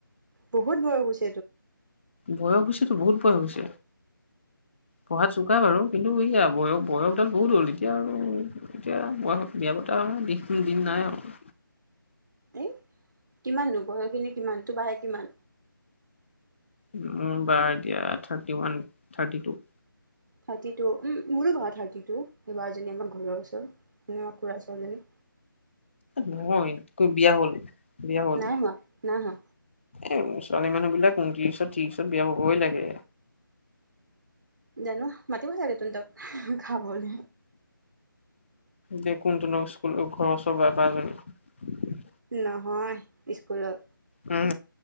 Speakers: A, on the right; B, on the left.
A: বহুতয ভয় গছে
B: বয়স হৈছেতো বহুত বয়স হৈছে পঢ়াত চোকা বাৰু কিন্তু ইয়া- বয়স, বয়সডাল বহুত হ'ল এতিয়া আৰু এতিয়া বয়সত বিয়া পতা দিশ, দিন নাই আৰু <inaudible>
A: এ, কিমাননো বয়স খিনি কিমান তো বায়ে কিমান?
B: মোৰ বাৰ এতিয়া thirty one, thirty two
A: thirty two, উ মোৰো বা থাৰ্টি টু মোৰ বা জনী আমাৰ ঘৰৰ ওচৰত খুৰা ছজনী
B: নহয়, কৈ বিয়া হ'ল, বিয়া হ'ল।
A: নাই হোৱা, নাই হোৱা।
B: এই ছোৱালী মানুহ বিলাক উন্ত্ৰিছত, ত্ৰিশত বিয়া হবই লাগে।
A: জানো, মাতিব থাকে তন তক খাবলে।
B: যে কোনটোন স্কুল ঘৰৰ ওচৰৰ বাইপাজনী
A: নহয়, স্কুলত।
B: উম